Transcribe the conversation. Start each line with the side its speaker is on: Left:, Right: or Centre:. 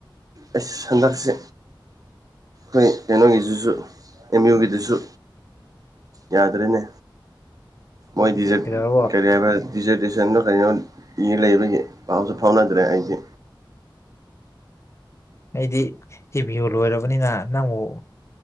Right: ꯑꯩꯁ ꯍꯟꯗꯛꯁꯦ ꯑꯩꯈꯣꯏ ꯀꯩꯅꯣꯒꯤꯗꯨꯁꯨ ꯑꯦꯝ ꯌꯨꯒꯤꯗꯨꯁꯨ ꯌꯥꯗ꯭ꯔꯦꯅꯦ ꯃꯣꯏꯗꯤꯖꯤꯠ
Left: ꯀꯩꯗꯧꯔꯕꯣ
Right: ꯀꯔꯤ ꯍꯥꯏꯕ ꯗꯤꯖꯔꯇꯦꯁꯟꯗꯣ ꯀꯩꯅꯣ ꯏ ꯂꯩꯕꯒꯤ ꯄꯥꯎꯁꯨ ꯐꯥꯎꯅꯗ꯭ꯔꯦ ꯑꯩꯗꯤ
Left: ꯑꯩꯗꯤ ꯍꯦꯚꯤꯌꯣ ꯂꯣꯏꯔꯕꯅꯤꯅ ꯅꯪꯕꯨ